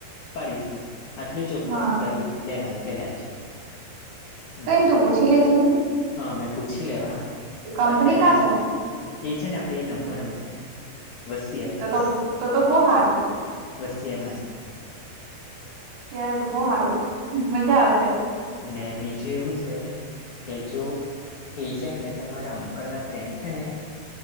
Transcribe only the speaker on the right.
હા
કંઈ નહીં તુ પૂછી લેજે લે જ નને
કંપની
કાં
છે
તો તો તો તો બહુ સારું
ત્યારે તો બહુ સારું મજા આવશે